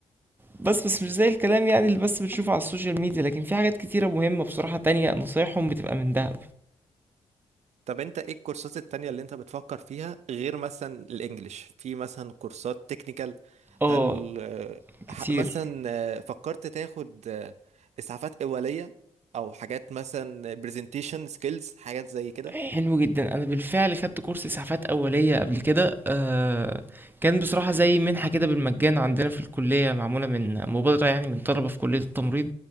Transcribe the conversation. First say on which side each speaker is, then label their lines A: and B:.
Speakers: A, on the right (about 15°); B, on the right (about 70°).
A: بس بس مش زي الكلام يعني اللي بس بتشوفه على السوشيال ميديا لكن في حاجات كتيرة مهمة بصراحة تانية نصايحهم بتبقى من دهب
B: طب انت ايه الكورسات التانية اللي انت بتفكر فيها غير مثلا الانجليش في مثلا كورسات تكنيكال
A: اه
B: هل آه،
A: كتير
B: ح- مثلا آه، فكرت تاخد آه، اسعافات اولية او حاجات مثلا برزنتيشن سكيلز حاجات زي كده
A: حلو جدا انا بالفعل خدت كورس اسعافات اوليه قبل كده آه كان بصراحه زي منحه كده بالمجان عندنا في الكليه معموله من مبادره يعني من طلبه في كليه التمريض